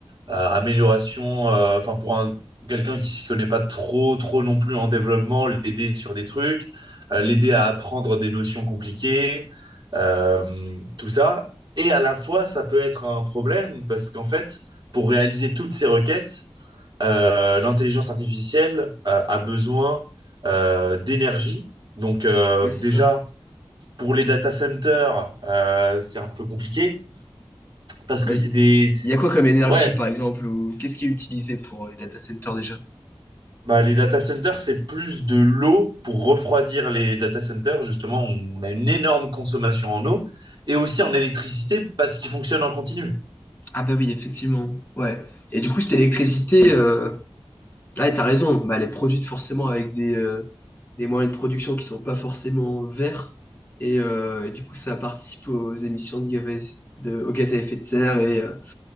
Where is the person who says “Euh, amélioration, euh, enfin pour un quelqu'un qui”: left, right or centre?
Right